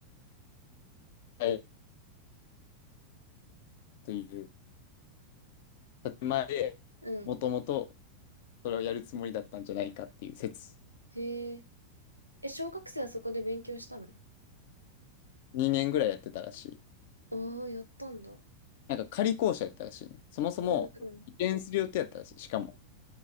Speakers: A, on the left; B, on the right.
A: 壊という建前で、
B: うん。
A: もともとそれをやるつもりだったんじゃないかっていう説、
B: へえ。え、小学生はそこで勉強したの
A: 2年ぐらいやってたらしい。
B: ああー、やったんだ。
A: なんか仮校舎やったらしいね。そもそも移転する予定やったらしい。
B: うんうん。
A: しかも、